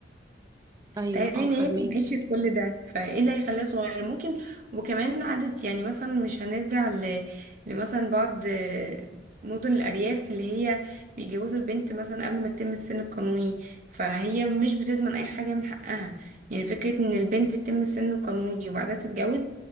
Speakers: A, on the right; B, on the right.
A: أيوة
B: تخيلي
A: اه
B: ان
A: فهماكي
B: هي عشت كل ده فايه اللي هيخليها صغيرة ممكن وكمان عدت يعني مثلا مش هنرجع ل... لمثلا بعض آه، مدن الأرياف اللي هي بيجوزوا البنت مثلا قبل ما تتم السن القانوني فهي مش بتضمن أي حاجة من حقها يعني فكرة إن البنت تتم السن القانوني وبعدها تتجوز